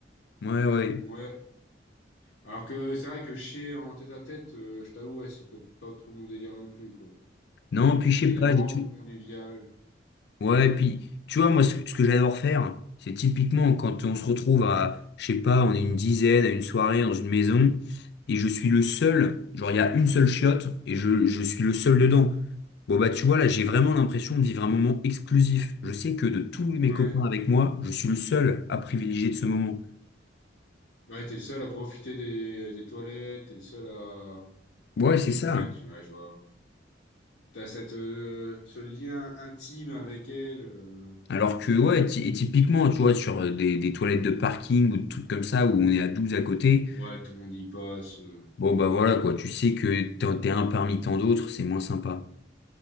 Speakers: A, on the left; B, on the left.
A: Ouais, ouais.
B: Ouais. Alors que c'est vrai que chier en tête à tête, euh, je t'avoue, ouais, c'est pas pas trop mon délire non plus, quoi.
A: Non, puis je
B: Il
A: sais
B: y a des
A: pas,
B: moments
A: j'ai tou-
B: plus conviviaux.
A: Ouais, et puis, tu vois, moi, ce que, ce que j'adore faire, c'est typiquement quand on se retrouve à, je sais pas, on est une dizaine à une soirée dans une maison, et je suis le seul, genre, il y a une seule chiotte, et je, je suis le seul dedans. Bon, bah, tu vois, là, j'ai vraiment l'impression de vivre un moment exclusif. Je sais que de tous mes
B: Ouais.
A: copains avec moi, je suis le seul à privilégier de ce moment.
B: Ouais, t'es le seul à profiter des, des toilettes, t'es le seul à...
A: Ouais, c'est ça.
B: Ouais, tu vois, je vois. T'as cette, euh, ce lien intime avec elle. euh,
A: Alors que, ouais, ty- et typiquement,
B: et-
A: tu vois, sur euh, des, des toilettes de parking ou des trucs comme ça, où on est à 12 à côté,
B: Ouais, tout le monde y passe. euh.
A: Bon, bah voilà, quoi. Tu sais que t'en- t'es un parmi tant d'autres, c'est moins sympa.